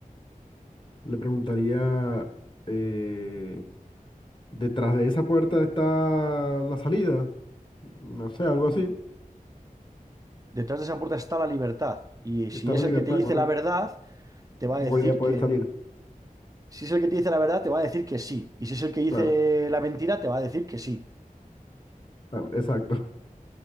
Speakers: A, on the left; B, on the right.
A: Le preguntaría, eh, ¿detrás de esa puerta está la salida? No sé, algo así.
B: Detrás de esa puerta está la libertad. Y si
A: Está la
B: es
A: libertad,
B: el que te dice
A: correcto.
B: la verdad, te
A: Voy
B: va a decir
A: a poder
B: que...
A: salir,
B: Si es el que te dice la verdad, te va a decir que sí. Y si es el que dice
A: claro.
B: la mentira, te va a decir que sí.
A: Ah, Exacto,